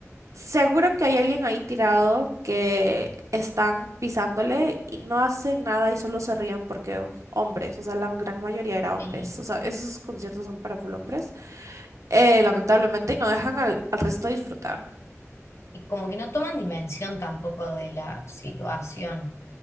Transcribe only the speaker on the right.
Seguro que hay alguien ahí tirado que están pisándole y no hacen nada y solo se ríen porque hombres, o sea, la gran mayoría era hombres,
o sea, esos conciertos son para full hombres, eh, lamentablemente, y no dejan al, al resto disfrutar.